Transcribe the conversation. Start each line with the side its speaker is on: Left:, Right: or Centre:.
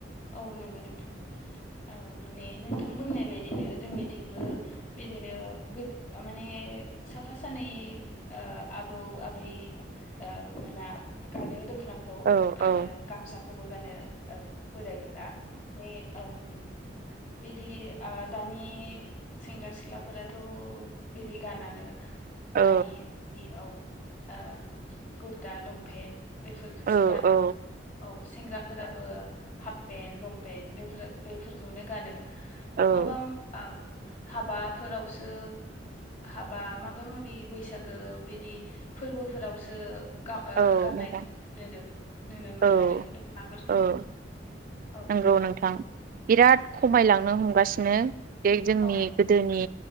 Left: औ नंगौ नोंथां औ माने नोंथां बुंनाय बायदिनो जोंनिथिंबो बिदिनो गोद माने साफा सानै ओ आबौ आबै औ मोना गानो दख'नाखौ
Right: औ
Left: आरो
Right: औ
Left: गामसाखौबो गानो औ बोरायफोरा ने औ बिदि आ दानि सेंग्रा सिख्लाफोराथ' बिदि गानानो दानि
Right: औ
Left: बि औ आ उम कुरता लंपेन्ट बेफोरखौसो
Right: औ
Left: गानो
Right: औ
Left: औ सेंग्राफोराबो हाफ पेन्ट लंपेन्ट बेफोरो बेफोरखौनो गानो
Right: औ
Left: माबा औ हाबाफोरावसो हाबा माबा माबि बैसागो बिदि फोरबो फोरावसो गा वो
Right: औ
Left: गाननायखौ
Right: नोंथां
Left: नोनो नुनो मोनो
Right: औ
Left: आरो दखनाफोरखौ
Right: औ
Left: औ
Right: नंगौ नोंथां बिराद खमायलांनो हमगासिनो बे जोंनि
Left: औ
Right: गोदोनि